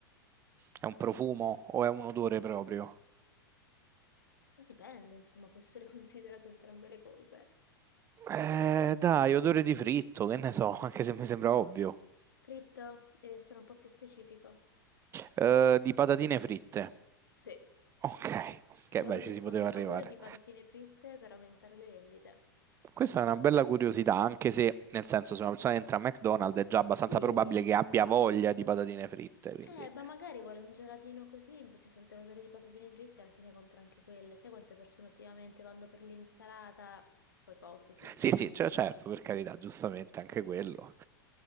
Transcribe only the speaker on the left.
Dipende, insomma, può essere <laughs> considerato entrambe le cose.
Fritto, devi essere un po' più specifico.
Sì,
loro
diffondono
l'odore di patatine fritte per aumentare le vendite.
Sì,
eh, ma magari vuole un gelatino così, invece sente l'odore di patatine fritte e alla fine compra anche quelle. Sai quante persone ultimamente vanno per l'insalata? Un po' ipocriti.